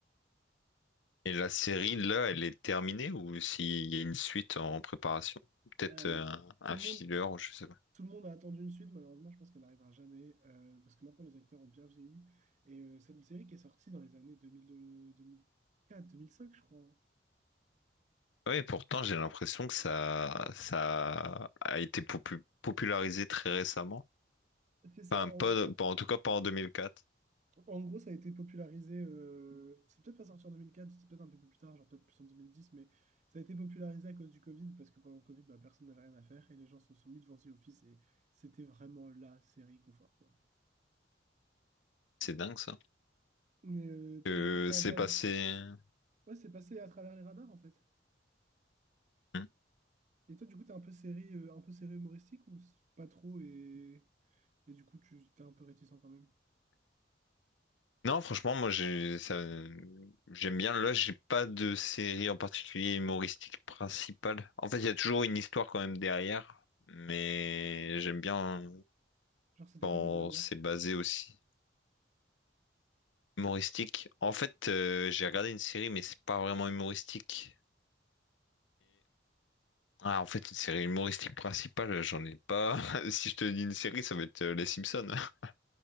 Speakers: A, on the left (about 85°); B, on the right (about 40°).
A: Et la série, là, elle est terminée ou s'il y a une suite en préparation? Peut-être
B: Ouais, on va-
A: euh, un, un
B: tout le
A: filler,
B: monde,
A: ou je sais pas.
B: tout le monde a attendu une suite, malheureusement, je pense qu'elle n'arrivera jamais, euh, parce que maintenant les acteurs ont bien vieilli. Et euh, c'est une série qui est sortie dans les années 2000, euh, 2004, 2005, je crois. hein.
A: Oui, pourtant, j'ai l'impression que ça, ça a été popu- popularisé très récemment.
B: C'est ça,
A: Enfin, pas,
B: on,
A: pas- en tout cas pas en deux mille quatre
B: En gros, ça a été popularisé, euh, c'est peut-être pas sorti en deux mille quatre. c'est peut-être un peu plus tard, genre peut-être plus en 2010. mais ça a été popularisé à cause du Covid, parce que pendant le Covid, bah, personne n'avait rien à faire et les gens sont soumis devant The Office et c'était vraiment la série confort, quoi.
A: C'est dingue ça.
B: Mais euh, toi,
A: Euh,
B: du coup, t'es un
A: c'est
B: peu
A: passé.
B: habitué. Ouais, c'est passé à travers les radars, en fait.
A: Hmm.
B: Et toi, du coup, t'es un peu série, euh, un peu série humoristique ou s- pas trop et, et du coup, tu t'es un peu réticent quand même?
A: Non, franchement, moi j'ai ça... j'aime bien. Là, j'ai pas de série en particulier humoristique principale. En fait, il y a toujours une histoire quand même derrière, mais j'aime bien
B: Genre, c'était
A: quand
B: quoi ta dernière?
A: c'est basé aussi humoristique. En fait, euh, j'ai regardé une série, mais c'est pas vraiment humoristique. Ah, en fait, une série humoristique principale, j'en ai pas. <laughs> Si je te dis une série, ça va être euh, Les Simpsons. <laughs>